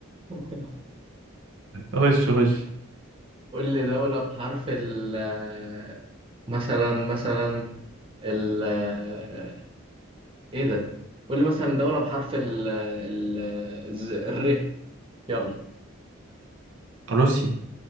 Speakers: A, on the right; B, on the right.
A: <laughs>
B: خش خش
A: قول لي دولة بحرف ال آه، مثلا مثلا ال آه، ايه ده قول لي مثلا دولة بحرف ال ال ال ر يلا
B: روسيا